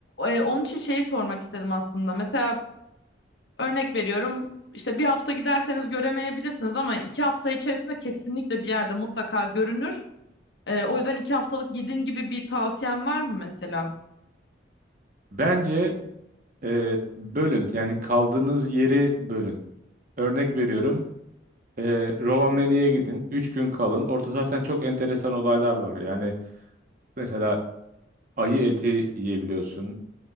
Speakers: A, on the left; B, on the right.
A: e, onun için şeyi sormak istedim aslında. Mesela örnek veriyorum işte bir hafta giderseniz göremeyebilirsiniz ama iki hafta içerisinde kesinlikle bir yerde mutlaka görünür. E, o yüzden iki haftalık gidin gibi bir tavsiyen var mı mesela?
B: Bence eee, bölün yani kaldığınız yeri bölün. Örnek veriyorum. eee Rovaniemi'ye gidin. üç gün kalın. Orada zaten çok enteresan olaylar var. Yani mesela ayı eti yiyebiliyorsun.